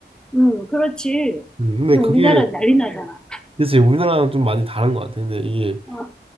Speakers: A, in the centre; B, on the right (about 30°).
A: 음, 그렇지.
B: 음, 근데
A: 근데
B: 그게
A: 우리나라 는 난리 나잖아.
B: 그치 우리나라랑 좀 많이 다른 것 같아. 근데 이게
A: 아,